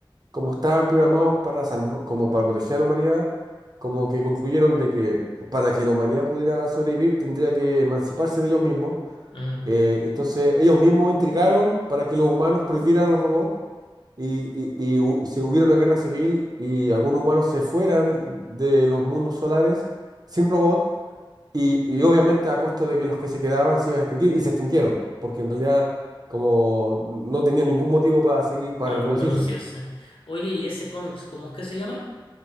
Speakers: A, on the right; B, on the left.
A: como estaban programados para salv- como para proteger a la humanidad, como que concluyeron de que para que la humanidad pudiera sobrevivir tendría que emanciparse de ellos mismos
B: ujú.
A: eh, entonces ellos mismos intrigaron para que los humanos prohibieran los robots y, y- y hu- se hubiera una guerra civil y algunos humanos se fueran de los mundos solares sin robot y, y obviamente a costa de que los que se quedaban se iban a extinguir y se extinguieron porque en realidad como no tenían ningún motivo para seguir, para
B: Ah,
A: reproducirse.
B: para producirse. Oye, ¿y ese cómics, cómo es que se llama?